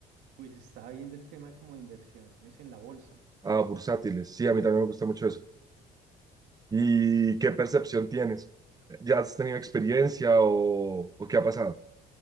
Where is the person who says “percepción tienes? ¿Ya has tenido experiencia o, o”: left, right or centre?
Right